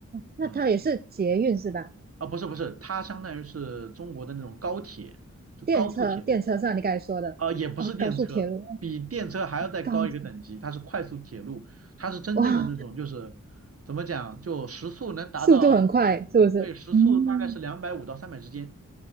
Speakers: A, on the right; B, on the right.
A: 那它也是捷运是吧？
B: 嗯，啊不是不是，它相当于是中国的那种高铁，就高速铁路。
A: 电车，电车上你刚才说的，
B: 呃，也不是电车，
A: 哦，高速铁路，哦
B: 比电车还要再高一个等级，
A: 高铁，
B: 它是快速铁路，它是真正的那种，
A: 哇，
B: 就是怎么讲，就时速能达到，
A: 速度很快，是不是？
B: 对，时速大概是两百五到三百之间，
A: 嗯，